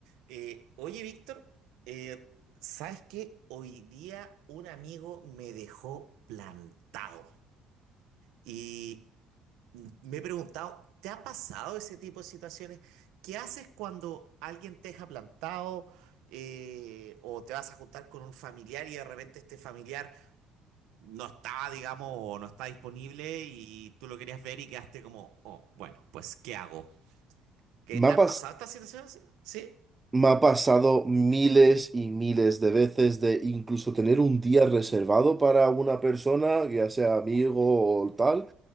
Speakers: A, on the right; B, on the right.
A: Eh, oye, Víctor, eh, ¿sabes qué? Hoy día un amigo me dejó plantado y me he preguntado, ¿te ha pasado ese tipo de situaciones? ¿Qué haces cuando alguien te deja plantado eh, o te vas a juntar con un familiar y de repente este familiar no está, digamos, o no está disponible y tú lo querías ver y quedaste como, oh, bueno, pues ¿qué hago? ¿Qué te
B: Me ha,
A: han
B: pas-
A: pasado estas situaciones? ¿Sí?
B: me ha pasado miles y miles de veces de incluso tener un día reservado para una persona, ya sea amigo o tal,